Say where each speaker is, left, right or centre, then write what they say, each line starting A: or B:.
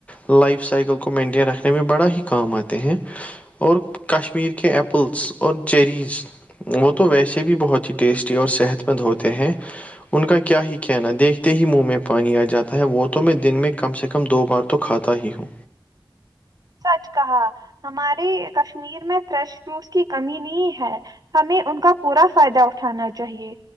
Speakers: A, on the left; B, on the right.
A: لائف سائیکل کو مینٹین رکھنے میں بڑا ہی کام آتے ہیں اور کشمیر کے ایپلس اور چیریز وہ تو ویسے بھی بہت ہی ٹیسٹی اور صحت مند ہوتے ہیں ان کا کیا ہی کہنا دیکھتے ہی منہ میں پانی آ جاتا ہے وہ تو میں دن میں کم سے کم کم دو بار تو کھاتا ہی ہوں
B: سچ کہا ہماری کشمیر پیر میں فریش فروٹس کی کمی نہیں ہے ہمیں ان کا پورا فائدہ اٹھانا چاہیے